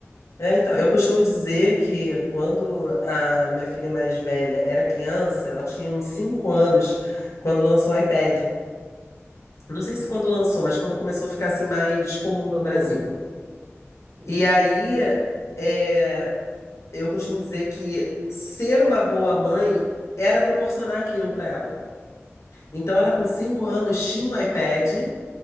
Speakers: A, on the left (about 70°); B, on the right (about 65°).
A: É, então, eu costumo dizer que quando a minha filha mais velha era criança, ela tinha uns 5 anos quando lançou o iPad. Não sei se quando lançou, mas quando começou a ficar assim mais comum
B: Famoso,
A: no Brasil.
B: né? Isso.
A: E aí, é, eu costumo dizer que ser uma boa mãe era proporcionar aquilo para ela. Então, ela com cinco anos tinha o iPad,